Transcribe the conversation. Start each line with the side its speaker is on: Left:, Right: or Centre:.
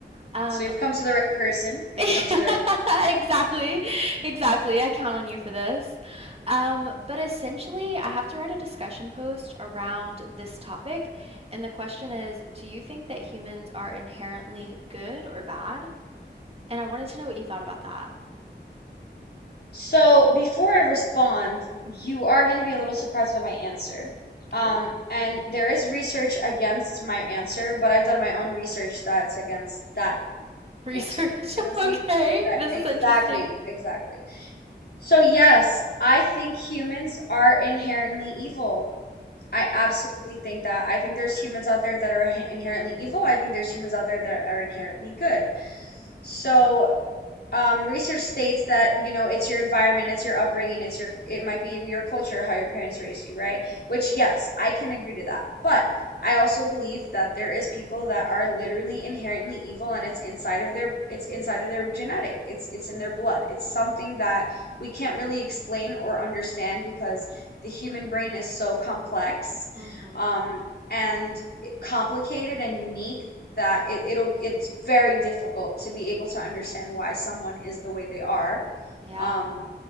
Right: Um,
Left: So you've come to the right person. You've
Right: <laughs>
Left: come to the right person.
Right: exactly, exactly. I count on you for this. Um, but essentially, I have to write a discussion post around this topic, and the question is, do you think that humans are inherently good or bad? And I wanted to know what you thought about that.
Left: So before I respond, you are going to be a little surprised by my answer. Um,
Right: Oh,
Left: and there is research against my answer, but I've done my own research that's against that
Right: Research.
Left: answer. You get what
Right: <laughs>
Left: I'm saying?
Right: Okay,
Left: Right,
Right: this
Left: exactly,
Right: is interesting.
Left: exactly. So yes, I think humans are inherently evil. I absolutely think that. I think there's humans out there that are h- inherently evil. I think there's humans out there that are inherently good. So um, research states that, you know, it's your environment, it's your upbringing, it's your, it might be your culture, how your parents raised you, right? Which, yes, I can agree to that. But I also believe that there is people that are literally inherently evil and it's inside of their, it's inside of their genetic. It's it's in their blood. It's something that we can't really explain or understand because the human brain is so complex,
Right: Mm-hmm.
Left: um, and complicated and unique that it, it'll it's very difficult to be able to understand why someone is the way they are.
Right: Yeah.
Left: Um,